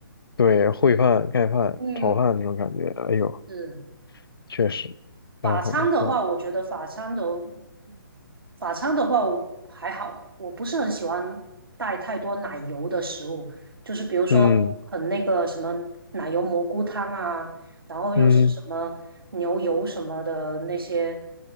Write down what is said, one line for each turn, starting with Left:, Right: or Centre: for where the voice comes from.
Left: 对，烩饭、盖饭、
Right: <laughs> 嗯，
Left: 炒饭这种感觉，哎呦。
Right: 是。
Left: 确实，
Right: 法餐的话，
Left: 还是很不错的。
Right: 我觉得法餐的，嗯法餐的话我还好，我不是很喜欢带太多奶油的食物，就是比如说很那个什么奶油蘑菇汤啊，
Left: 嗯
Right: 然后又是什么牛油什么的那些
Left: 嗯